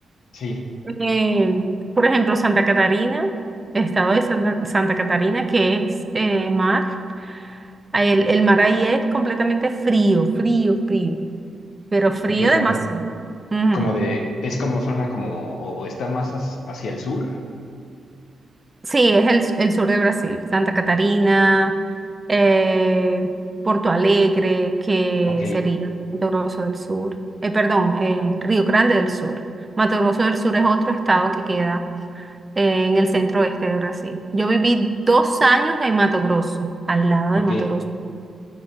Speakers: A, on the left; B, on the right.
A: sí,
B: eh, por ejemplo, Santa Catarina, el estado de Santa, Santa Catarina, que es eh, mar. El, el mar ahí es completamente frío, frío, frío, pero frío
A: completamente.
B: demasiado. Ujú.
A: Como de, es como zona como, o, o está más as- hacia el sur.
B: Sí, es el, el sur de Brasil, Santa Catarina, eh, Porto Alegre, que
A: Ok,
B: sería Mato Grosso del Sur, eh, perdón, eh, Río Grande del Sur. Mato Grosso del Sur es otro estado que queda eh, en el centro oeste de Brasil. Yo viví dos años en Mato Grosso, al lado
A: ok.
B: de Mato Grosso.